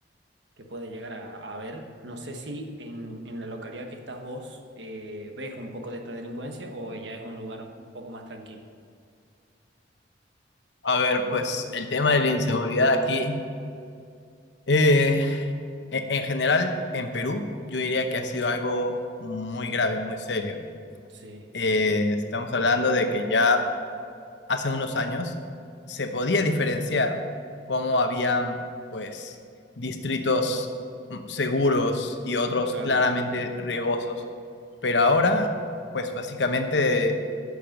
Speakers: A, on the right; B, on the left.
A: que puede llegar a, a ver. No sé si en, en la localidad que estás vos eh, ves un poco de esta delincuencia o ya es un lugar un poco más tranquilo.
B: A ver, pues el tema de la inseguridad aquí, eh, e- en general en Perú, yo diría que ha sido algo muy grave, muy serio.
A: Sí,
B: Eh, estamos hablando de que ya hace unos años se podía diferenciar cómo habían, pues, distritos mm, seguros y otros
A: claro,
B: claramente riesgosos. Pero ahora, pues básicamente